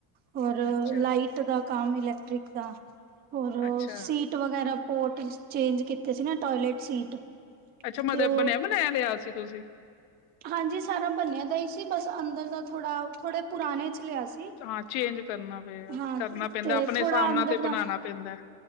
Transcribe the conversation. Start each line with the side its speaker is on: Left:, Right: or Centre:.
Right: ਹੋਰ
Left: ਅੱਛਾ,
Right: ਲਾਈਟ ਦਾ, ਕੰਮ ਇਲੈਕਟ੍ਰਿਕ ਦਾ ਔਰ
Left: ਅੱਛਾ,
Right: ਸੀਟ ਵਗੈਰਾ, ਪੋਰਟ ਚੇਂਜ ਕੀਤੇ ਸੀ ਨਾ ਟੋਇਲੇਟ ਸੀਟ,
Left: ਅੱਛਾ ਮਤਲਬ
Right: ਤੇ ਉਹ
Left: ਬਣਿਆ ਬਣਾਇਆ ਲਿਆ ਸੀ, ਤੁਸੀਂ,
Right: ਹਾਂਜੀ ਸਾਰਾ ਬਣਿਆ ਦਾ ਹੀ ਸੀ, ਬਸ ਅੰਦਰ ਦਾ ਥੋੜ੍ਹਾ ਥੋੜੇ ਪੁਰਾਣੇ ਚ ਲਿਆ ਸੀ,
Left: ਹਾਂ ਚੇਂਜ ਕਰਨਾ ਪਏਗਾ,
Right: ਹਾਂ
Left: ਕਰਨਾ ਪੈਂਦਾ
Right: ਤੇ
Left: ਆਪਣੇ
Right: ਥੋੜਾ
Left: ਹਿਸਾਬ ਨਾਲ
Right: ਅੰਦਰ
Left: ਤੇ
Right: ਦਾ
Left: ਬਣਾਣਾ ਪੈਂਦਾ।